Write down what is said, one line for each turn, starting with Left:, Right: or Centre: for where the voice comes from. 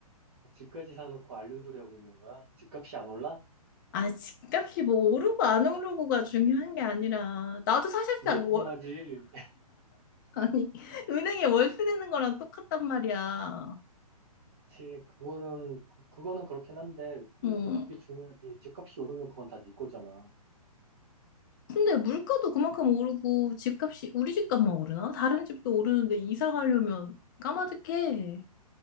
Right: 아, 집까지 사놓고 앓는 소리 하고 있는 거야? 집값이 안 올라?
Left: 아, 집값이 뭐 오르고 안 오르고가 중요한 게 아니라, 나도 사실상
Right: 그게 중요하지.
Left: 월,
Right: <laughs>
Left: 아니, <laughs> 은행에 월세 내는 거랑 똑같단 말이야.
Right: 그치, 그거는, 그, 그거는 그렇긴 한데, 그래도
Left: 음.
Right: 그게 중요하지. 집값이 오르면 그건 다 네 거잖아.
Left: 근데 물가도 그만큼 오르고, 집값이, 우리 집값만
Right: 음,
Left: 오르나? 다른 집도 오르는데 이사 가려면 까마득해.